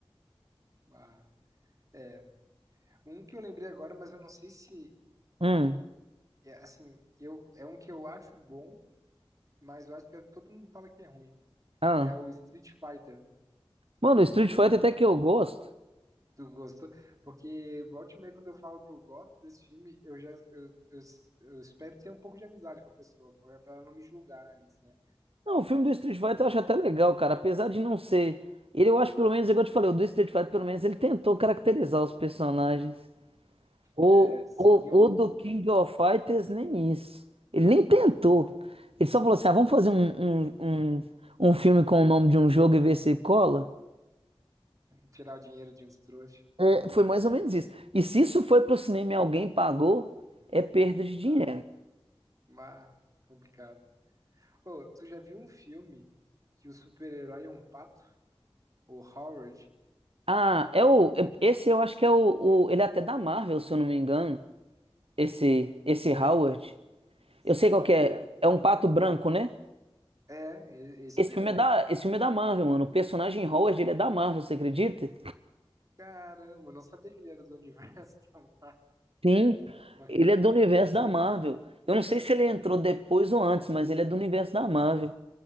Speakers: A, on the right (about 35°); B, on the right (about 75°).
A: Ah, é. Um que eu lembrei agora, mas eu não sei se.
B: Hum.
A: É, assim, eu, é um que eu acho bom, mas eu acho que todo mundo fala que é ruim,
B: Ah.
A: que é o Street Fighter.
B: Mano, o Street Fighter até que eu gosto.
A: Tu gostou? Porque volta e meia, quando eu falo que eu gosto desse filme, eu já eu, eu, eu espero ter um pouco de amizade com a pessoa, pra, pra ela não me julgar antes, né?
B: Não, o filme do Street Fighter eu acho até legal, cara. Apesar de não ser. Ele, eu acho pelo menos, igual eu te falei, o do Street Fighter, pelo menos, ele tentou caracterizar os personagens. O,
A: É, seguir
B: o,
A: um pouco
B: o do
A: de
B: King of Fighters nem isso. Ele nem tentou. Ele só falou assim: ah, vamos fazer um, um, um, um filme com o nome de um jogo e ver se cola.
A: tirar o dinheiro de uns trouxas.
B: É, Foi mais ou menos isso. E se isso foi pro cinema e alguém pagou, é perda de dinheiro.
A: Ah, mas complicado. Ô, tu já viu um filme que o super-herói é um pato? O Howard?
B: Ah, é o. é- Esse eu acho que é o, o- Ele é até da Marvel, se eu não me engano. Esse, esse Howard.
A: Sério
B: Eu sei qual
A: mesmo?
B: que é. É um pato branco, né?
A: É, e- esse
B: Esse
A: mesmo.
B: filme é da, esse filme é da Marvel, mano. O personagem Howard, ele é da Marvel, você acredita?
A: Caramba, eu não sabia que ele era do universo <laughs> da
B: Sim,
A: Marvel.
B: ele é do universo da Marvel. Eu não sei se ele entrou depois ou antes, mas ele é do universo da Marvel.